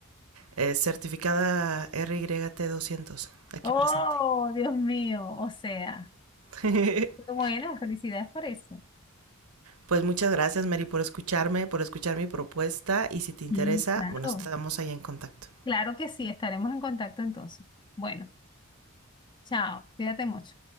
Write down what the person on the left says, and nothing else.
Oh,
Dios mío, o sea.
Pero Bueno, felicidades por eso.
Sí, claro.
Claro que sí, estaremos en contacto entonces. Bueno, chao, cuídate mucho.